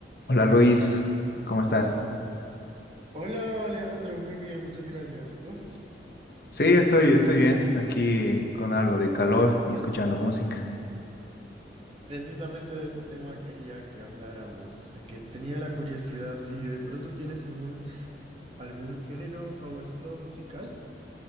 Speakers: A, on the left; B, on the right.
A: Hola Luis, ¿cómo estás?
B: Hola Alejandro, muy bien, muchas gracias. ¿Y tú?
A: Sí, estoy, estoy bien, aquí con algo de calor y escuchando música.
B: Precisamente de ese tema quería que habláramos, o sea, que tenía la curiosidad si de pronto tienes algún, algún género favorito musical.